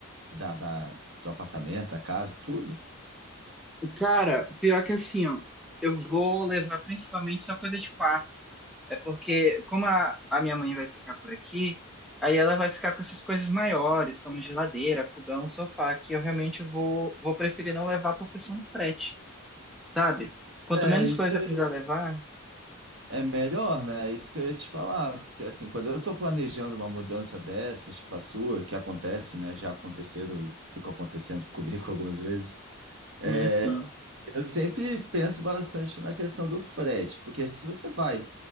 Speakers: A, on the right (about 60°); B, in the centre.
A: da, da- do apartamento, a casa, tudo.
B: Cara, pior que assim, ó, eu vou levar principalmente só coisa de quarto. É porque, como a, a minha mãe vai ficar por aqui, aí ela vai ficar com essas coisas maiores, como geladeira, fogão, sofá, que eu realmente vou, vou preferir não levar por questão do frete, sabe? Quanto
A: É,
B: menos
A: isso
B: coisa
A: que eu-
B: precisar levar.
A: é melhor, né? É isso que eu ia te falar. Porque, assim, quando eu tô planejando uma mudança dessas, tipo a sua, que acontece, né? Já aconteceram e ficou acontecendo comigo <laughs> algumas vezes. é,
B: Sim, sim.
A: Eu sempre penso bastante na questão do frete, porque se você vai